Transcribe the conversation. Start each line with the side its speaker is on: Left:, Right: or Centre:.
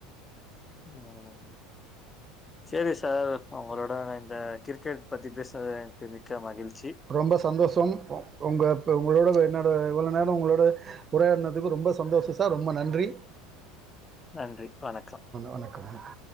Left: <unintelligible> செரி சார் உங்களோட வெ த கிரிக்கெட் பத்தி பேசவே தே மிக்க மகிழ்
Right: ரொம்ப சந்தோஷம் உங்க உங்களோட என்னோட இவ்வளோ நேரோ உங்களோடு உரையாடுனதுக்கு ரொம்ப சந்தோஷோ சார் ரொம்ப நன்றி
Left: நன்றி வணக்கம்
Right: வணக்கம் வணக்கம்